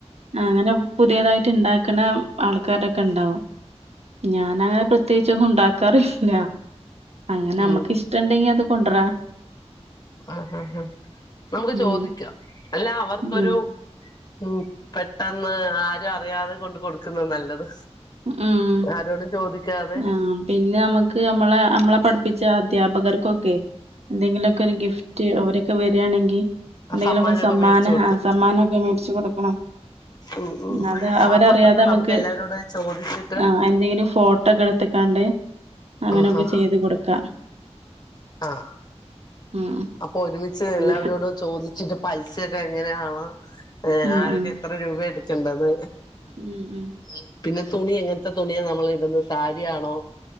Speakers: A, on the right; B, on the left.
A: അങ്ങനെ പുതിയതായിട്ട് ഇണ്ടാക്കണ ആൾക്കാാരൊക്കെ ഇണ്ടാവും ഞാന് പ്രത്യേകിച്ചൊന്നും ഉണ്ടാക്കാറില്ല അങ്ങനെ നമ്മുക്ക്
B: ഉം
A: ഇഷ്ടണ്ടെങ്കി അത് കൊണ്ടരാ
B: ആഹ് ആഹ് ഹാഹ് നമുക്ക്
A: ഉം
B: ചോദിക്കാം അല്ല അവർക്കൊരു
A: ഉം
B: ഉം പെട്ടെന്ന് ആരും അറിയാതെ കൊണ്ട് കൊടുക്കുന്ന നല്ലത്
A: ഉം
B: ആരോടും ചോദിക്കാതെ
A: ആഹ് പിന്നെ നമ്മക്ക് നമ്മളെ നമ്മളെ പഠിപ്പിച്ച അദ്ധ്യാപകർക്കൊക്കെ എന്തെങ്കിലൊക്കെ ഒരു ഗിഫ്റ്റ് ഓലക്കെ വരാണെങ്കി എന്തെങ്കിലൊക്കെ
B: സമ്മാനമൊക്കെ
A: ഒരു സമ്മാനം
B: മേടിച്ചു കൊടുക്ക
A: ആ സമ്മാനൊക്കെ മേടിച്ചു കൊടുക്കണം
B: ഉം ഉം
A: ഇന്നാ അത് അവരറിയാതെ
B: അപ്പൊ അതൊക്കെ
A: നമ്മക്ക്
B: നമുക്ക് <unintelligible>
A: ആഹ് എന്തെങ്കിലും ഫോട്ടോക്കെ എടുത്ത്ക്കാണ്ട് അങ്ങനെയൊക്കെ
B: ആഹാ
A: ചെയ്ത് കൊടുക്കാം
B: അ ആഹ്
A: ഉം
B: അപ്പൊ ഒരുമിച്ച്
A: ഉം
B: എല്ലാവരോടും ചോദിച്ചിട്ട് പൈസൊക്കെ എങ്ങനെയാണ് ഏഹ്
A: ഉം
B: ആരൊക്കെ എത്ര രൂപയാ എടുക്കണ്ടത്
A: ഉം ഉം
B: ഉം പിന്നെ തുണി എങ്ങനത്തെ തുണിയാ നമ്മൾ ഇട്ന്ന സാരിയാണോ